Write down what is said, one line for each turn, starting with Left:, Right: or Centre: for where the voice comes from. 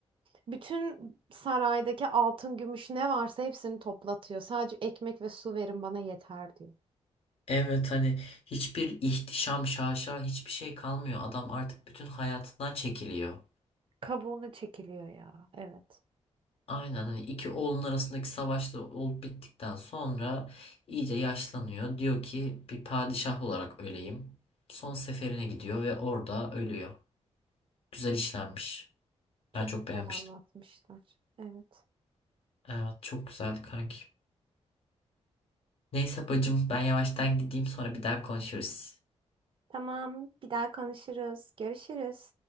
Right: Bütün saraydaki altın, gümüş ne varsa hepsini toplatıyor. Sadece ekmek ve su verin bana yeter diyor.
Left: Evet hani hiçbir ihtişam, şaşa hiçbir şey kalmıyor. Adam artık bütün hayatından çekiliyor.
Right: Kabuğunu çekiliyor ya. Evet.
Left: Aynen hani iki oğlun arasındaki savaş da olup bittikten sonra iyice yaşlanıyor. Diyor ki bir padişah olarak öleyim. Son seferine gidiyor ve orada ölüyor. Güzel işlenmiş.
Right: Çok
Left: Ben çok
Right: güzel
Left: beğenmiştim.
Right: anlatmışlar. Evet.
Left: Evet çok güzeldi kanki. Neyse bacım ben yavaştan gideyim sonra bir daha konuşuruz.
Right: Tamam. Bir daha konuşuruz. Görüşürüz.